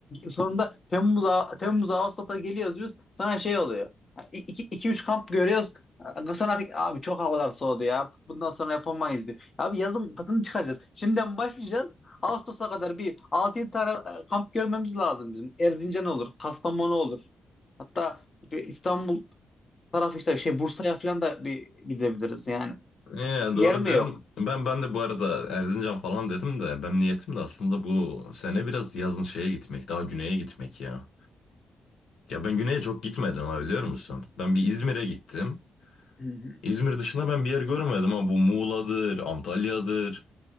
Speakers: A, on the left; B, on the left.
A: sonunda Temmuz A- Temmuz Ağustos'a geliyoruz diyoruz sonra şey oluyor 2 3 kamp görüyoruz sonra abi çok havalar soğudu ya artık bundan sonra yapamayız diyor. Abi yazın tadını çıkaracağız. Şimdiden başlayacağız. Ağustos'a kadar bir altı yedi tane e, kamp görmemiz lazım bizim. Erzincan olur, Kastamonu olur. Hatta bir İstanbul tarafı işte şey Bursa'ya falan da bir gidebiliriz yani.
B: Ee,
A: Yer
B: doğru
A: mi
B: diyorsun.
A: yok?
B: Ben ben de bu arada Erzincan falan dedim de ben niyetim de aslında bu sene biraz yazın şeye gitmek, daha güneye gitmek ya. Ya ben güneye çok gitmedim ha biliyor musun? Ben bir İzmir'e gittim.
A: Hı hı.
B: İzmir dışında ben bir yer görmedim ama bu Muğla'dır, Antalya'dır.